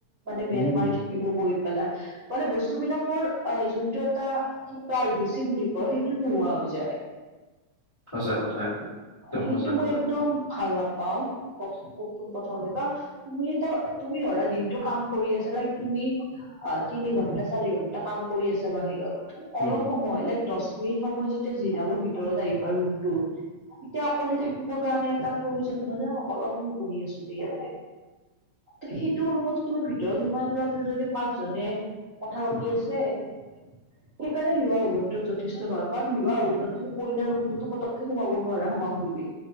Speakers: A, on the right; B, on the left.
A: মানে মেল
B: উম
A: মাৰি
B: উম
A: থাকিব বহি পেলাই। মানে বস্তুবিলাকৰ আহ যোনটো এটা- কি প্ৰাইভেচি বুলি কয় সেইটো নোহোৱা হৈ যায়।
B: সঁচা কথা একদম। একদম
A: সেইটো
B: সঁচা
A: মই
B: কথা
A: একদম ভাল নাপাও। পোন প্ৰথমে কাৰণ তুমি এ তুমি ধৰা দিনটো কাম কৰি আছা লাইক তুমি- অ তিনি ঘণ্টা- চাৰি ঘন্টা কাম কৰি আছা বাহিৰত, তুমি
B: উম
A: অলপ সময় লাইক দহ মিনিট সময় যেতিয়া জিৰাব ভিতৰত আহিবা ৰুমটোৰ, তেতিয়া অকলে থাকিবৰ কাৰণে এটা প্ৰয়োজন যে অলপ সময় বহি আছো দে ইয়াতে। সেইটো ৰুমতো তোমাৰ ভিতৰত সোমাই গৈ যদি পাঁচজনে- কথা পাতি
B: উম
A: আছে সেইকাৰণে বিবাহ ভৱনতো যথেষ্ট ভাল কাৰণ বিবাহ ভৱনটো তুমি কইনাৰ ৰুমটোত পটককে সোমাব- নোৱাৰা সোমাম বুলি